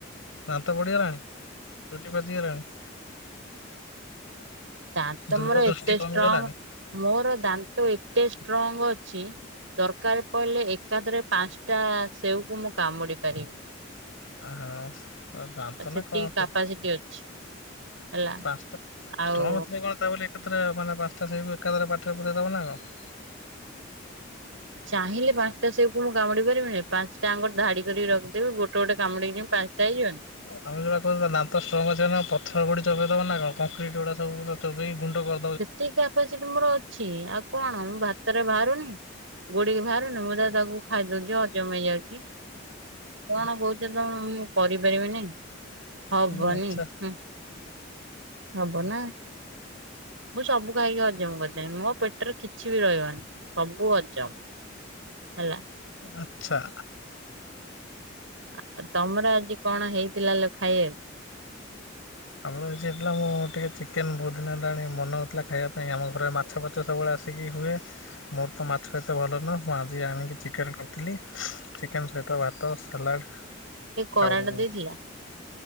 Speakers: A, on the left; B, on the right.
A: ଦାନ୍ତ ପଡିଗଲାଣି, ଚୁଟି ପାଚିଗଲାଣି?
B: ଦାନ୍ତ
A: ଦୂର
B: ମୋର ଏତେ
A: ଦୃଷ୍ଟି କମିଗଲାଣି।
B: ଷ୍ଟ୍ରଙ୍ଗ, ମୋର ଦାନ୍ତ ଏତେ ଷ୍ଟ୍ରଙ୍ଗ ଅଛି ଦରକାର ପଇଲେ ଏକାଥରେ ପାଞ୍ଚଟା ସେଓକୁ ମୁଁ କାମୁଡି ପାରିବି।
A: ଆହା ଦାନ୍ତ
B: ଆଉ ସେତିକି
A: ନା କଣ ସେ
B: କାପାସିଟି ଅଛି। ହେଲା
A: ପାଞ୍ଚଟା,
B: ଆଉ
A: ଷ୍ଟ୍ରଙ୍ଗ ଥିଲେ କଣ ତା ବୋଲି ଏକାଥରେ ମାନେ ପାଞ୍ଚଟା ସେଓକୁ ଏକାଥରେ ପାଟିରେ ପୁରେଇ ଦେବ ନା କଣ?
B: ଚାହିଁଲେ ପାଞ୍ଚଟା ସେଓକୁ ମୁଁ କାମୁଡି ପାରିବିନି, ପାଞ୍ଚଟା ଯାଙ୍କ ଧାଡି କରିକି ରଖିଦେବି ଗୋ ତୁ ଗୋଟେ କାମୁଡିଚୁ ପାନ୍ସଟା ହେଇଯିବନି।
A: ତୋମେ ଯୋଉଟା କହୁଚ ତା ଦାନ୍ତ ଷ୍ଟ୍ରଙ୍ଗ ଅଛି ନା ପଥର ଗୋଡି ଚୋବେଇ ଦବ ନା କଣ? କଂକ୍ରିଟ୍ ଗୁଡା ସବୁ ତ ଚୋବେଇ ଗୁଣ୍ଡ କର
B: ସେତିକି କ୍ୟାପାସିଟି ମୋର ଅଛି ଆଉ କଣ ମୁଁ ଭାତରେ ବାହାରୁନି। ଗୋଡି କି ବାହାରୁନି ମୁଁ ତା ତାକୁ ଖାଇଦଉଚି ହଜମ ହେଇଯାଉଚି। କଣ କହୁଚ ତୋମେ ମୁଁ କରିପାରିବିନି, ହବନି
A: ଆଚ୍ଛା
B: ହୁଁ,। ହବ ନା। ମୁଁ ସବୁ ଖାଇକି ହଜମ କରିଦେମି ମୋ ପେଟରେ କିଛି ବି ରହିବନି ସବୁ ହଜମ। ହେଲା।
A: ଆଚ୍ଛା।
B: ଆଉ ତୋମର ଆଜି କଣ ହେଇଥିଲା ଲୋ ଖାଇବାକୁ?
A: ଆମର ଆଜି ହେଇଥିଲା ମୁଁ ଟିକେ ଚିକେନ୍ ବହୁତ ଦିନ ହେଲାଣି ମନ ହଉଥିଲା ଖାଇବା ପାଇଁ ଆମ ଘରେ ମାଛ ଫା ଛ ସବୁବେଳେ ଆସିକି ହୁଏ। ମୋର ତ ମାଛ ଏତେ ଭଲ ନୁହଁ। ମୁଁ ଆଜି ଆଣିକି ଚିକେନ୍ କରିଥିଲି। ଚିକେନ୍ ସହିତ ଭାତ ସାଲାଡ଼।
B: ଏ କରାଟ
A: ଆଉ
B: ଦେଇଥିଲା